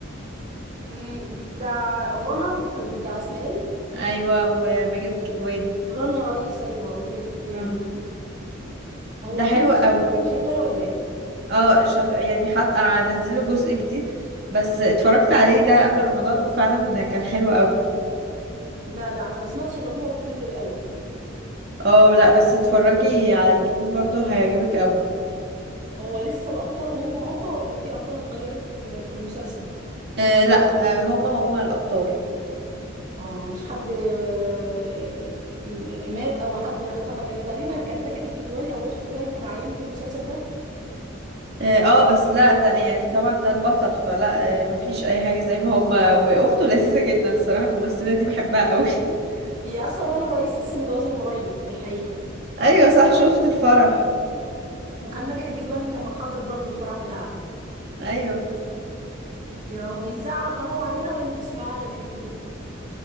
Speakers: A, on the right; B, on the right.
A: مم، بتاع رنا بتاع اسمها ايه
B: ايوه وماجد الكدواني
A: رنا رئيس ايوه وماجد الكدواني
B: اه
A: هو
B: ده
A: في
B: حلو
A: جزء
B: قوي
A: كان شغال ولا ايه
B: اه شغ... يعني حد انزله جزء جديد بس اتفرجت عليه ده قبل رمضان وفعلا كان حلو قوي
A: لا لا انا ما سمعتش الا جوه الجزء الاول
B: اه لا بس اتفرجي على الجديد برضو هيعجبك قوي
A: هو لسه الابطال هم هم ولا في ابطال اتغيرت في ال- في المسلسل
B: آه لا آه هما هما الابطال
A: اه مفيش حد آه، م- مات او حد اختفى لان تقريبا كان ماجد الكدواني او اخته باين كان عيان في المسلسل ده
B: اه آه، بس لا زي يعني طبعا ده البطل فلا آه، مفيش اي حاجة زي ما هما واخته لذيذة جدا الصراحة الممثلة دي بحبها قوي <laughs>
A: هي اصلا رنا رئيس لسه متجوزه من قريب في الحقيقه
B: ايوه صح شفت الفرح
A: وكان ماجد الكدواني كان حاضر برضو الفرح بتاعها
B: ايوه
A: يا هو بيذاع على قناه معينه ولا انت بتسمعيها على اليوتيوب